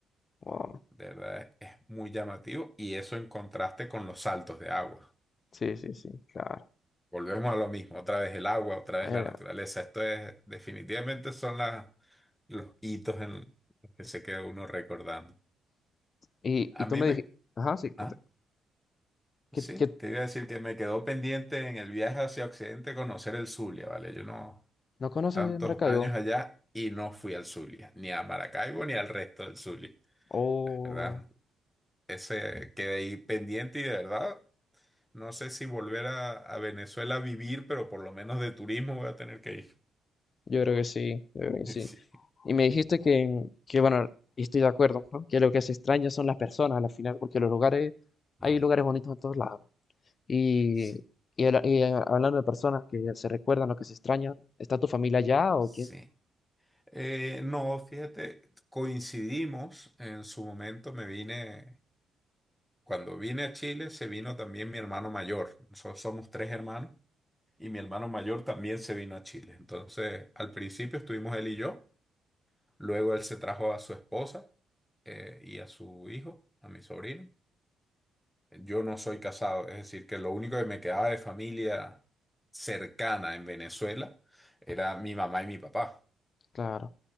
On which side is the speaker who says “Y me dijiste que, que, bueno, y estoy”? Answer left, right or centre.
Left